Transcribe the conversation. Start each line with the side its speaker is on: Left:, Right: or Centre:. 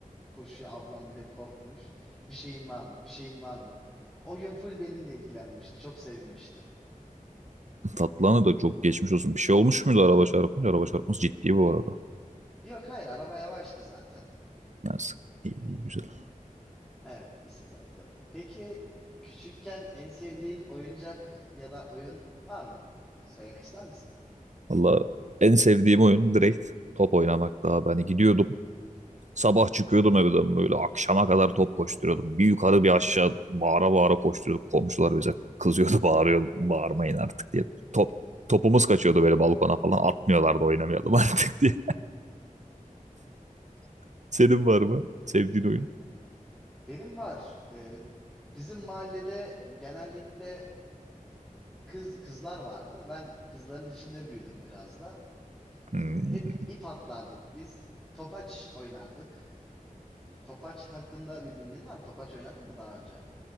Centre: koşuyor. Ablam bir de korkmuş. Bir şeyin var mı? Bir şeyin var mı? O gün full benimle ilgilenmişti. Çok sevinmiştim.
Right: Tatlıhan'a da çok geçmiş olsun. Bir şey olmuş muydu araba çarpınca? Araba çarpması ciddi bu arada.
Centre: Yok hayır araba yavaştı zaten.
Right: Neyse. İyi, iyi, güzel.
Centre: Evet bir sıkıntı yoktu. Peki küçükken en sevdiğin oyuncak ya da oyun var mı? Söylemek ister misin?
Right: Valla en sevdiğim oyun direkt top oynamak daha. Hani gidiyordum. Sabah çıkıyordum evden böyle akşama kadar top koşturuyordum. Bir yukarı bir aşağı bağıra bağıra koşturuyorduk. Komşular bize kızıyordu <laughs> bağırıyordu. Bağırmayın artık diye. Top, topumuz kaçıyordu böyle balkona falan. Atmıyorlardı oynamayalım artık diye. <laughs> Senin var mı sevdiğin oyun?
Centre: Benim var. Ee, bizim mahallede genellikle kız kızlar vardı. Ben kızların içinde büyüdüm biraz da.
Right: Hmm.
Centre: Ee, hep ip atlardık biz. Topaç oynardık. Topaç hakkında bir bilgin var mı? Topaç oynadın mı daha önce?